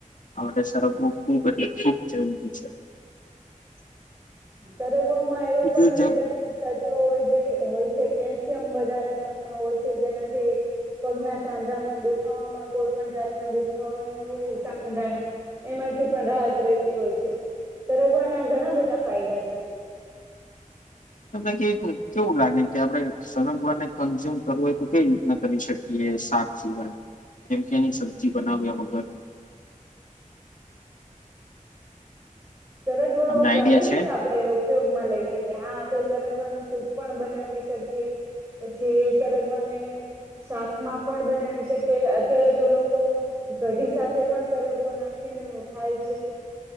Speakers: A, on the left; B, on the right.
A: આ સરગવો ખૂબ એટલે ખૂબ જરૂરી છે.
B: સર તો માય એ લોકોનો
A: બીજું જેમ
B: વિટામીન તત્વો હોય છે હોય છે. કેલ્શિયમ વધારે ભાગમાં હોય છે જેનાથી પગના સાંધામાં દુખાવામાં કોઈ પણ જાતના દુખાવા હોય સાંધા ના એમાંથી પણ રાહત રહેતી હોય છે સરગવાના ઘણા બધા ફાયદા છે.
A: તને કે કેવું લાગે કે આપણે સરગવારને કન્ઝ્યુમ કરવું હોય તો કઈ રીતના કરી શકીએ શાક સિવાય કેમ કે એની સબ્જી બનાવ્યા વગર
B: સરગવાઓ
A: તમને આઈડિયા
B: ઘણી રીતે
A: છે
B: આપડણે ઉપયોગમાં લઈ શકીએ હા આપણે સરગવાનું સૂપ પણ બનાવી શકીએ પછી સરગવાને શાકમાં પણ બનાવી શકીએ અત્યારે તો લોકો કઢી સાથે પણ સરગવો નાખીને ખાય છે.